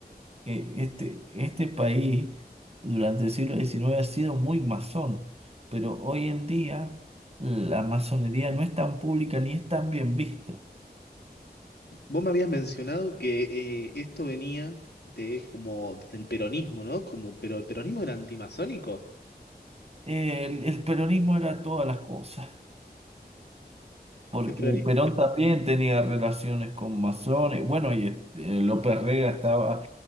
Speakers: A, on the right; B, on the left.
A: eh, este, este país durante el siglo diecinueve ha sido muy masón, pero hoy en día la masonería no es tan pública ni es tan bien vista.
B: Vos me habías mencionado que eh, esto venía de como del peronismo, ¿no? Como, pero el peronismo era antimasónico.
A: El, el peronismo era todas las cosas. Porque
B: Es peronista.
A: Perón también tenía relaciones con masones. Bueno, y eh, López Rega estaba